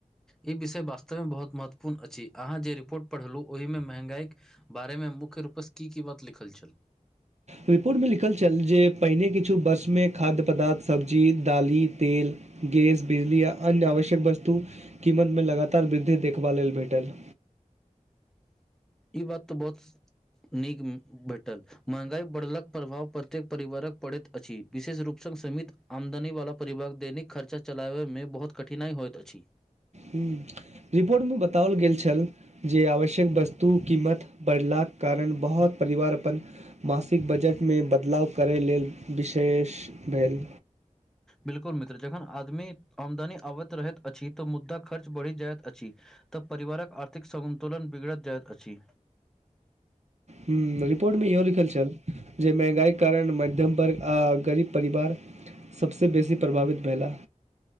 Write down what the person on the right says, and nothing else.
रिपोर्टमे लिखल छल जे पहिने किछु वर्षमे खाद्य पदार्थ सब्जी दालि तेल गैस बिजली य अन्य आवश्यक वस्तु कीमत मे लगातार वृद्धि देखबा लेल भेटल।
ह रिपोर्टमे बताओल गेल छल जे आवश्यक वस्तु कीमत बढ़लाक कारण बहुत परिवार अपन मासिक बजटमे बदलाव करै लेल विशेष भेल।
ह रिपोर्ट मे इहो लिखल छल। जे महँंगाई कारण मध्यम वर्ग आ गरीब परिवार सभसँ बेसी प्रभावित भेला।